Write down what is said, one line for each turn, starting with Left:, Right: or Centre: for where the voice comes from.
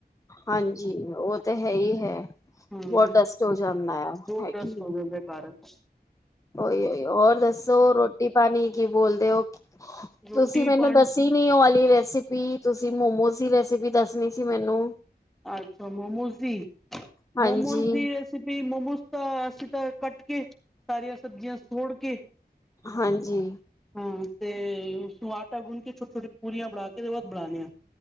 Left: ਹਾਂਜੀ, ਓ ਤੇ ਹੈ ਹੀ ਹੈ।
Centre: ਹਾਂ
Left: ਬੋਤ ਡਸਟ ਹੋ ਜਾਂਦਾ ਯਾ,
Centre: ਬਹੁਤ
Left: ਹੈ
Centre: ਡਸਟ
Left: ਕੇ ਨੀ।
Centre: ਹੋ ਘਰ ਏਚ
Left: ਓਈ ਓਈਯੋ। ਹੋਰ ਦੱਸੋ ਰੋਟੀ ਪਾਣੀ ਕੀ ਬੋਲਦੇ ਓ।
Centre: ਰੋਟੀ
Left: ਤੁਸੀ ਮੈਨੂੰ
Centre: ਪਾਣੀ
Left: ਦੱਸ ਨੀ ਨੀ ਓ ਵਾਲੀ ਰੈਸਿਪੀ। ਤੁਸੀ ਮੋਮੋਸ ਦੀ ਰੈਸਿਪੀ ਦੱਸਨੀ ਸੀ ਮੈਨੂੰ।
Centre: ਅੱਛਾ ਮੋਮੋਜ਼ ਦੀ,
Left: ਹਾਂਜੀ
Centre: ਮੋਮੋਜ਼ ਦੀ ਰੈਸਪ ਸਪੀ, ਮੋਮੋਸ ਤਾਂ ਅਸੀ ਤਾਂ ਕੱਟ ਕੇ, ਸਾਰੀਆਂ ਸਬਜ਼ੀਆਂ ਸੋੜ ਕੇ
Left: ਹਾਂਜੀ।
Centre: ਹਾਂ। ਤੇ ਇਸਨੂੰ ਆਟਾ ਗੁਨ ਕੇ, ਛੋਟੀ-ਛੋਟੀ ਪੂਰੀਆਂ ਬਣਾ ਕੇ ਦੇ ਬਾਦ ਬਣਾਂਨੇ ਆਂ।